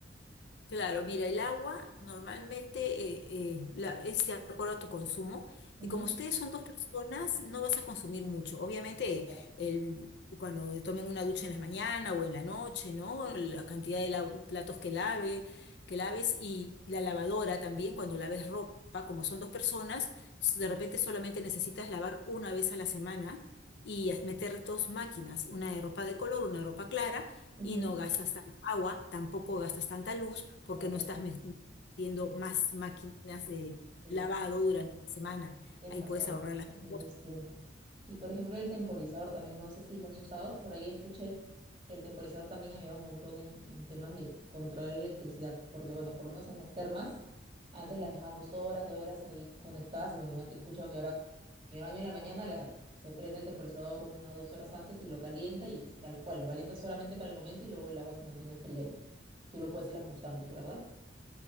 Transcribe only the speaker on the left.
Claro, mira, el agua normalmente eh, eh, la- es de acuerdo a tu consumo
y como ustedes son dos personas, no vas a consumir mucho. Obviamente,
el- cuando tomen una ducha en la mañana o en la noche, ¿no? La cantidad de la- platos que lave, que laves y la lavadora también, cuando laves ropa, como son dos personas, de repente solamente necesitas lavar una vez a la semana y meter dos máquinas, una de ropa de color, una de ropa clara
y no gastas tanta agua, tampoco gastas tanta luz porque
no estás mes- metiendo más máquinas de
lavado durante la semana.
Ahí
puedes ahorrar las
cosas.